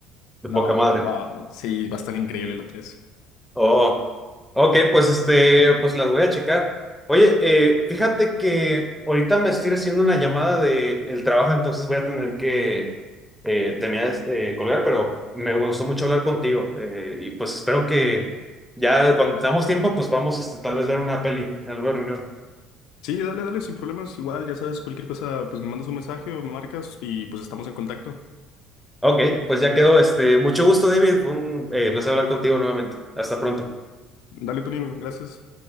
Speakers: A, in the centre; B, on the left (about 75°).
A: de
B: No,
A: poca madre.
B: no, sí, va a estar increíble la 3.
A: Oh, ok, pues este, pues las voy a checar. Oye, eh, fíjate que ahorita me estoy haciendo una llamada de el trabajo, entonces voy a tener que eh, terminar eh, colgar, pero me gustó mucho hablar contigo. eh, y pues espero que ya cuando tengamos tiempo, pues vamos este, tal vez ver una peli en alguna reunión.
B: Sí, dale, dale, sin problemas. Igual, ya sabes, cualquier cosa, pues me mandas un mensaje o me marcas y pues estamos en contacto.
A: Ok, pues ya quedó. Este, mucho gusto, David. Fue un eh, placer hablar contigo nuevamente. Hasta pronto.
B: Dale, Tony, gracias.